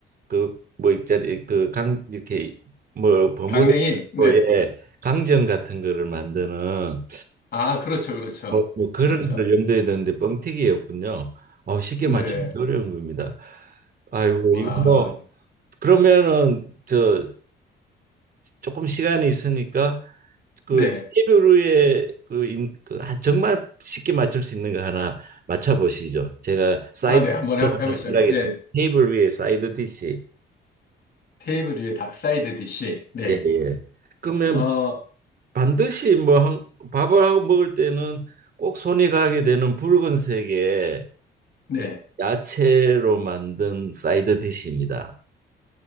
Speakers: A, on the right; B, on the left.
A: 그 뭐 있잖아요. 그 강 이렇게 뭐 버무리고
B: 강냉이 네.
A: 예 강정 같은 거를 만드는
B: 아 그렇죠 그렇죠
A: 뭐, 뭐 그런
B: 그렇죠.
A: 걸 염두에 두는데 뻥튀기였군요. 아, 쉽게
B: 네.
A: 맞추기 어려운 겁니다. 아이고
B: 와
A: 이거 뭐 그러면은 저 조금 시간이 있으니까 그
B: 네.
A: 테이블 그, 인, 그 아, 정말 쉽게 맞출 수 있는 거 하나 맞춰보시죠. 제가 사이드
B: 아 네 한번
A: 디시를
B: 해,
A: 하나
B: 해보시죠.
A: 생각했습니다.
B: 예
A: 테이블 위에 사이드 디시.
B: 테이블 위에 다 사이드 디시 네.
A: 예. 그러면
B: 어
A: 반드시 뭐 한, 밥을 하고 먹을 때는 꼭 손이 가게 되는 붉은색의
B: 네.
A: 야채로 만든 사이드 디시입니다.